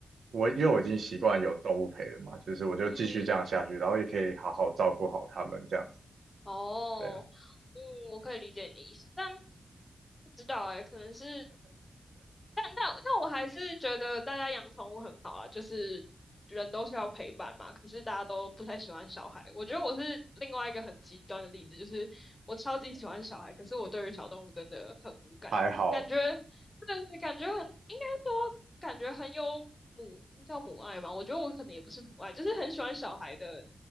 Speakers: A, on the right; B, on the left.
A: 我，因为我已经习惯有动物陪了嘛，就是我就继续这样下去，
B: 嗯，
A: 然后也可以好好照顾好它们这样子。
B: 哦。
A: 对啊，
B: 嗯，我可以理解你的意思，但不知道哎、可能是但但但我还是觉得大家养宠物很好啊，就是人都是要陪伴嘛。可是大家都不太喜欢小孩，我觉得我是另外一个很极端的例子，就是我超级喜欢小孩，可是我对于小动物真的很无感，
A: 还好，
B: 感觉对的是感觉很，应该说感觉很有母，那叫母爱嘛？我觉得我可能也不是母爱，就是很喜欢小孩的